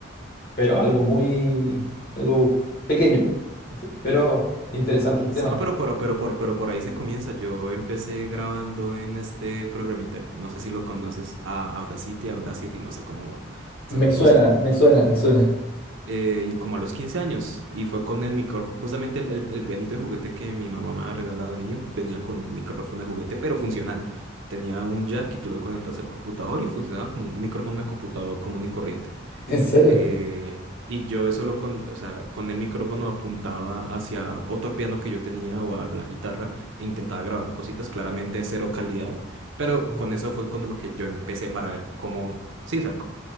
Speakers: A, on the left (about 45°); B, on the right (about 70°).
A: pero algo muy, algo pequeño, este, pero interesante el tema.
B: No, pero, pero, pero, por pero por ahí se comienza. Yo empecé grabando en este programita, no sé si lo conoces, a Audacity, Audacity, no sé cómo se
A: Me
B: pronuncia.
A: suena, me suena, me suena.
B: Eh, y como a los 15 años, y fue con el micrófono, justamente el, el, el pianito de juguete que mi mamá me ha regalado de niño, venía con un micrófono de juguete, pero funcional. Tenía un jack y tú lo conectas al computador y funcionaba como un micrófono de computador común y corriente.
A: <laughs> ¿En serio?
B: Eh, y yo eso lo con, o sea, con el micrófono apuntaba hacia otro piano que yo tenía o a la guitarra e intentaba grabar cositas, claramente de cero calidad, pero
A: Ajá.
B: con eso fue con lo que yo empecé para ver cómo, sí, o sea,